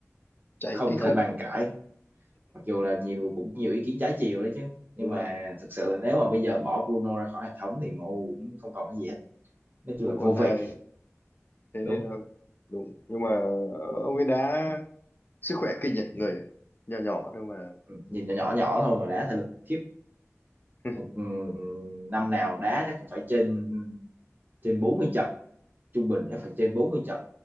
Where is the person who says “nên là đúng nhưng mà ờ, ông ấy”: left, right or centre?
Left